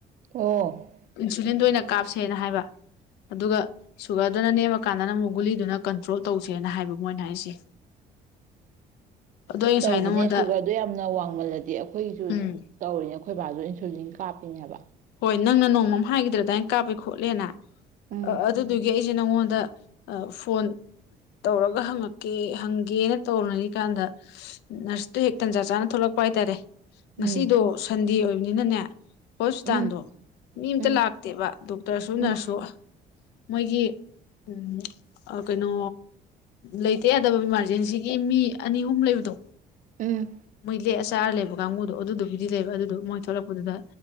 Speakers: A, on the right; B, on the left.
A: ꯑꯣ
B: ꯏꯟꯁꯨꯂꯤꯟꯗꯨ ꯑꯣꯏꯅ ꯀꯥꯞꯁꯦꯅ ꯍꯥꯏꯕ ꯑꯗꯨꯒ ꯁꯨꯒꯔꯗꯨꯅ ꯅꯦꯝꯃꯀꯥꯟꯗꯅ ꯑꯃꯨꯛ ꯒꯨꯂꯤꯗꯨꯅ ꯀꯟꯇ꯭ꯔꯣꯜ ꯇꯧꯁꯦꯅ ꯍꯥꯏꯕ ꯃꯣꯏꯅ ꯍꯥꯏꯁꯦ ꯑꯗꯣ ꯑꯩ ꯉꯁꯥꯏ
A: ꯇꯧꯕꯅꯦ
B: ꯅꯪꯉꯣꯟꯗ
A: ꯁꯨꯒꯔꯗꯣ ꯌꯥꯝꯅ ꯋꯥꯡꯃꯜ ꯑꯗꯗꯤ ꯑꯩꯈꯣꯏꯁꯨ
B: ꯎꯝ
A: ꯇꯧꯔꯤꯅꯦ ꯑꯩꯈꯣꯏ ꯕꯥꯗꯨ ꯏꯟꯁꯨꯂꯤꯟ ꯀꯥꯞꯄꯤꯅꯦ ꯍꯥꯏꯕ
B: ꯍꯣꯏ ꯅꯪꯅ ꯅꯣꯡꯃꯥ ꯑꯃ ꯍꯥꯏꯈꯤꯗꯔꯗꯥꯏ ꯀꯥꯞꯄꯦ ꯈꯣꯠꯂꯦꯅ
A: ꯎꯝ
B: ꯑꯥ ꯑꯗꯨꯗꯨꯒꯤ ꯑꯩꯁꯦ ꯅꯪꯉꯣꯟ ꯗ ꯐꯣꯟ ꯇꯧꯔꯒ ꯍꯪꯉꯛꯀꯦ ꯍꯪꯒꯦꯅ ꯇꯧꯅꯔꯤꯀꯥꯟꯗ ꯅꯔꯁꯇꯣ ꯍꯦꯛ ꯇꯟꯖꯥ ꯆꯥꯅ ꯊꯣꯛꯂꯛꯄ ꯍꯥꯏꯇꯥꯔꯦ
A: ꯎꯝ
B: ꯉꯁꯤꯗꯣ ꯁꯟꯗꯦ ꯑꯣꯏ ꯅꯤꯅꯅꯦ ꯍꯣꯁ ꯄꯤꯇꯥꯟꯗꯣ
A: ꯎꯝ
B: ꯃꯤ ꯑꯝꯇ
A: ꯎꯝ
B: ꯂꯥꯛꯇꯦꯕ ꯗꯣꯛꯇꯔꯁꯨ
A: ꯎꯝ
B: ꯅꯔꯁꯁꯨ ꯃꯣꯏꯒꯤ ꯎꯝ ꯀꯩꯅꯣ ꯂꯩꯇ ꯌꯥꯗꯕ ꯏꯃꯥꯔꯖꯦꯟꯁꯤꯒꯤ ꯃꯤ ꯑꯅꯤ ꯑꯍꯨꯝ ꯂꯩꯕꯗꯣ
A: ꯎꯝ
B: ꯃꯣꯏ ꯂꯦꯛꯑ ꯆꯥꯔ ꯂꯩꯕ ꯀꯥꯡꯕꯨꯨꯗꯣ ꯑꯗꯨꯗꯨꯕꯨꯗꯤ ꯂꯩꯕ ꯑꯗꯨꯗꯣ ꯃꯣꯏ ꯊꯣꯛꯂꯛꯄꯗꯨꯗ